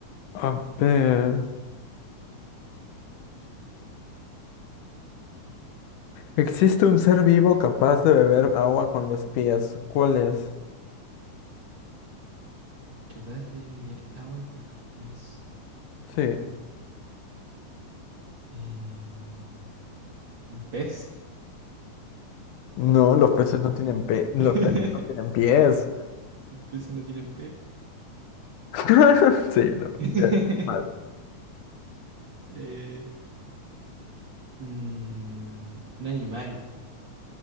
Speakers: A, on the left; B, on the right.
A: A ver. ¿Existe un ser vivo capaz de beber agua con los pies? ¿Cuál es?
B: Capaz de beber agua con los pies.
A: Sí.
B: Eh, ¿un pez?
A: No, los peces no tienen pe... los
B: <laughs>
A: peces no tienen pies.
B: Los peces no tienen pe.
A: <laughs>
B: Sí.
A: Sí, no.
B: <laughs>
A: Eh, Mal.
B: Eh, mm, un animal